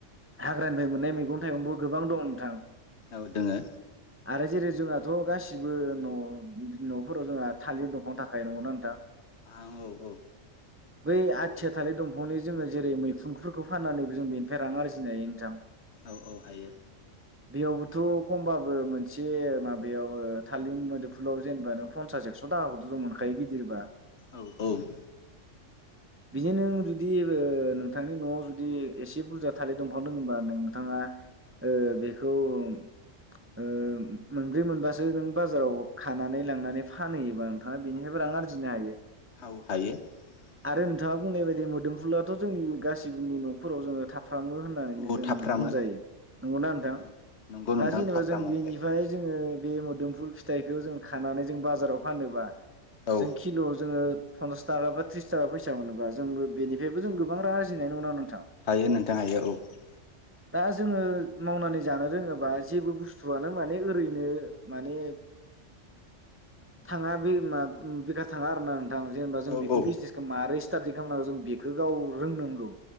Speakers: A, on the right; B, on the left.
A: हाग्रानिफ्राय मोननाय मैगं थाइगंबो गोबां दं नोंथां।
B: औ दोङो।
A: आरो जेरै जोंहाथ' गासिबो न' न'फोराव जोंहा थालिर दंफांन थाखायोना नोंथां।
B: आ औ औ।
A: बै आथिया
B: हायो
A: थालिर दंफां जोङो जेरै मैखुनफोरखौ फाननानैबो जों बेनिफ्राय रां आरजिनो हायो नोंथां।
B: औ औ हायो।
A: बेयावबोथ' खमबाबो मोनसे माबायाव थालिर मोदोमफुलाव जेनेबा नों फनसास एकस' थाखाखौथ' जों मोनखायो गिदिरबा।
B: औ औ।
A: बिदि नों जुदि नोंथांनि न'आव जुदि एसे बुरजा थालिर दंफां दङबा नोंथाङा ओ बेखौ ओ मोनब्रै मोनबासो नों बाजाराव खानानै लांनानै फानहैयोबा नोंथाङा बेनिफ्रायबो रां आरजिनो हायो।
B: औ हायो।
A: आरो
B: नोंथां
A: नोंथाङा बुंनाय बायदि मोदोमफुलाथ' जोंनि गासिबोनि न'फोराव जोङो थाब फ्रामो होननानैनो
B: औ
A: जों
B: थाफ्रामो
A: बुंजायो नंगौना नोंथां
B: थाफ्राम नंगौ
A: दा
B: नोंथां
A: जेनेबा
B: थाफ्रामो
A: जों बेनिफ्राय
B: दे
A: जोङो बे मोदोमफुल फिथाइखौ जों खानानै जों बाजाराव फानोबा
B: औ
A: जों खिल'आव जोङो पनसासथाखा बा थ्रिसथाखा फैसा मोनोबा जोंबो बेनिफ्रायबो जों गोबां रां आरजिनायनि उनाव
B: हायो नोंथां हायो औ।
A: दा जोङो मावनानै जानो रोङोबा जेबो बुस्थुआनो माने ओरैनो माने थाङा बे मा बेखार थाङा आर ना नोंथां जेनेबा
B: औ
A: बे
B: औ
A: बिजनेसखौ मारै स्टाडि खालामनांगौ जों बेखौ गाव रोंनांगौ।